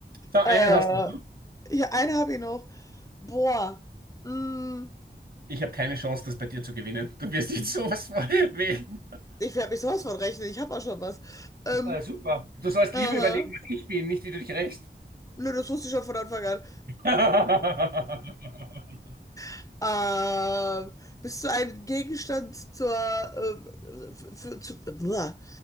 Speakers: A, on the right; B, on the left.
A: So, einen
B: Äh,
A: hast du.
B: ja, eine habe ich noch. Boah. Mm.
A: Ich habe keine Chance, das bei dir zu gewinnen. Du wirst jetzt sowas von <laughs> wählen.
B: Ich werde mich sowas von rechnen. Ich habe auch schon was. Ähm,
A: Äh, super. Du sollst
B: aha.
A: lieber überlegen, was ich bin, nicht wie du dich rächst.
B: Nö, das wusste ich schon von Anfang an.
A: <laughs>
B: <laughs> ähm, bist du ein Gegenstand zur, ähm, für, für, zu, Uah.